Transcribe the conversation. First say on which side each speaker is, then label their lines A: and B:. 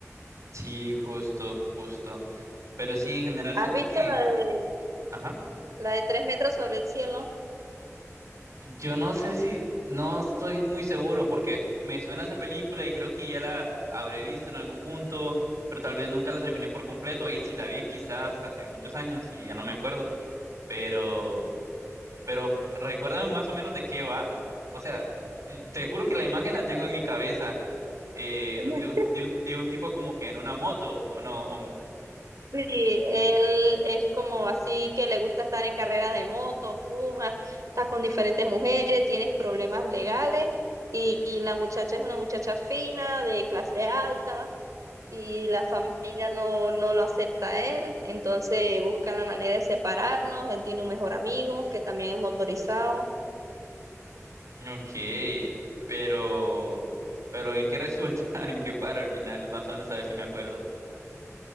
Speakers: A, on the right (about 65°); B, on the right (about 90°).
A: Sí, justo, justo. Pero sí, en general
B: ¿Has
A: siento
B: visto
A: que,
B: la de,
A: ajá,
B: la de tres metros sobre el cielo?
A: yo no sé si, no estoy muy seguro porque me suena esa película y creo que ya la habré visto en algún punto, pero tal vez nunca la terminé por completo y si la vi quizás hace muchos años y ya no me acuerdo, pero, pero recuérdame más o menos de qué va. O sea, y te juro que la imagen la tengo en mi cabeza eh,
B: <laughs>
A: en de un, de un, de un tipo como que en una moto, ¿o no? O-
B: Sí, él es como así que le gusta estar en carreras de moto, fuma, está con diferentes mujeres, tienes problemas legales y, y la muchacha es una muchacha fina, de clase alta y la familia no, no lo acepta a él, entonces buscan la manera de separarnos, él tiene un mejor amigo que también es motorizado.
A: ok, pero, pero ¿en qué resulta? <laughs> ¿En qué para al final? Más o menos a ver si me acuerdo.